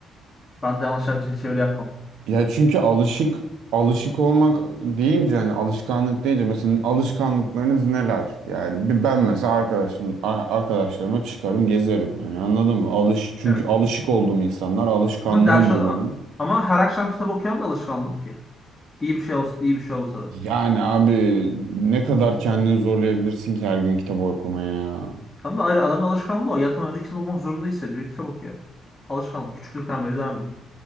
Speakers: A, on the left (about 15°); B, on the right (about 80°).
A: Ben de yanlış çe- çeviri yapmam.
B: Ya çünkü alışık alışık olmak deyince hani alışkanlık deyince mesela alışkanlıklarınız neler? Yani bir ben mesela arkadaşım a- arkadaşlarıma çıkarım gezerim. Hani anladın mı? Alış çünkü
A: Evet.
B: alışık olduğum insanlar alışkanlığım
A: Ama ders
B: bu benim.
A: ama her akşam kitap okuyan da alışkanlık ki. İyi bir şey olsa, iyi bir şey olsa da.
B: Yani abi ne kadar kendini zorlayabilirsin ki her gün kitap okumaya ya.
A: Tam da ayrı adamın alışkanlığı o. Yatmadan önce kitap okumak zorunda hissediyor. Kitap okuyor. Alışkanlık. Küçüklükten beri devam ediyor.